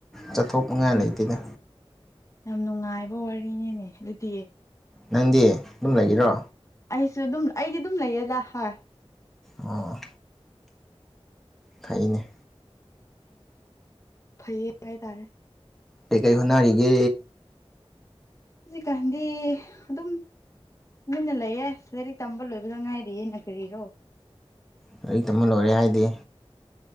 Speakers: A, in the centre; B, on the left (about 30°).
A: ꯆꯠꯊꯣꯛꯅꯤꯡꯉꯥꯏ
B: ꯑꯁ
A: ꯂꯩꯇꯦꯗ
B: ꯌꯥꯝ ꯅꯨꯡꯉꯥꯏꯕ ꯋꯥꯔꯤꯅꯤꯅꯦ ꯑꯗꯨꯗꯤ
A: ꯅꯪꯗꯤ ꯑꯗꯨꯝ ꯂꯩꯒꯔꯣ
B: ꯑꯩꯁꯨ ꯑꯗꯨꯝ ꯑꯩꯗꯤ ꯑꯗꯨꯝ ꯂꯩꯌꯦꯗ ꯍꯣꯏ
A: ꯑ ꯈꯅꯦ
B: ꯐꯩꯌꯦ ꯍꯥꯏ ꯇꯥꯔꯦ
A: ꯍ ꯀꯥꯏ ꯍꯧꯅꯔꯒ
B: ꯖꯤꯀꯥꯟꯗꯤ ꯑꯗꯨꯝ ꯃꯤꯟꯅ ꯂꯩꯌꯦꯦ ꯂꯥꯏꯔꯤꯛ ꯇꯝꯕ ꯂꯣꯏꯕꯗ ꯉꯥꯏꯔꯤꯌꯦꯦꯅ ꯀꯔꯤꯔꯣ
A: ꯂꯥꯏꯔꯤꯛ ꯇꯝꯃ ꯂꯣꯏꯔꯦ ꯍꯥꯏꯗꯤ